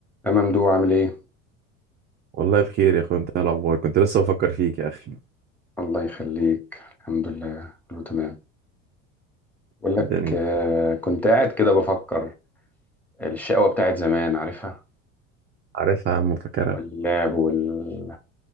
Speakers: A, in the centre; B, on the right.
A: يا ممدوح عامل ايه؟
B: والله بخير يا اخويا انت إيه الاخبار كنت لسه بفكر فيك يا اخي
A: الله يخليك الحمد لله كله تمام بقول لك
B: الدنيا
A: آه، كنت قاعد كده بفكر الشقوة بتاعت زمان عارفها؟
B: عارفها يا عم فاكرها
A: واللعب وال...